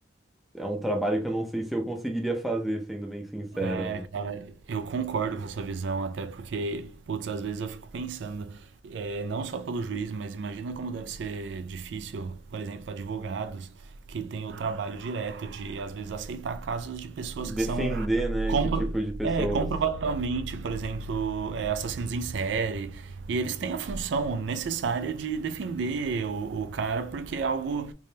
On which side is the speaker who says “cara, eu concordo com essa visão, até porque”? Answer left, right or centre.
Right